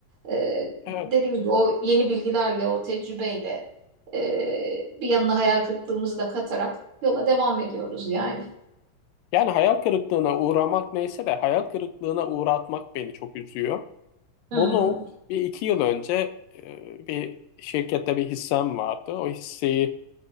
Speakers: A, on the right (about 40°); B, on the left (about 80°).
A: Ee, dediğim
B: evet.
A: gibi o yeni bilgilerle, o tecrübeyle ee, bir yanına hayal kırıklığımızı da katarak yola devam ediyoruz yani.
B: Yani hayal kırıklığına uğramak neyse de hayal kırıklığına uğratmak beni çok üzüyor.
A: Hmm.
B: Bunu bir iki yıl önce e, bir şirkette bir hissem vardı. O hisseyi